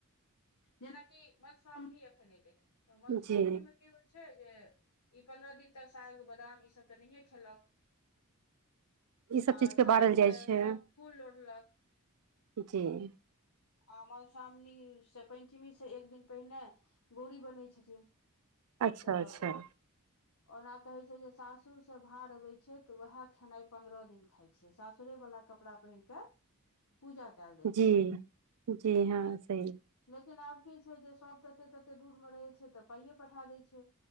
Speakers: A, on the left; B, on the right.
A: जेनाकि मधुश्रावणी एखन एलै हेँ तऽ मधुश्रावणीमे
B: जी
A: की होइ छै जे ई पन्द्रह दिन तक साग बादाम ईसभ तऽ नहिए खेलक
B: ई सब
A: आओर
B: चीज के
A: साँझ
B: बारल जाइ
A: केँ
B: छै
A: सब फूल लोढ़लक
B: जी
A: आ मधुश्रावणीसँ पैंचमीसँ एक दिन पहिने गोरी बनै छथिन
B: अच्छऽ
A: तऽ
B: अच्छऽ
A: ओना कहै छै जे सासुर से भार अबे छै ते वएह खेनाई पन्द्रह दिन खाय छै सासुरे वला कपड़ा पहिर के पूजा कयल जाइ
B: जी
A: छै
B: जी हँ सही
A: लेकिन आब की छै जे सभ तते तते दूरमे रहै छै त पाइये पठा दै छै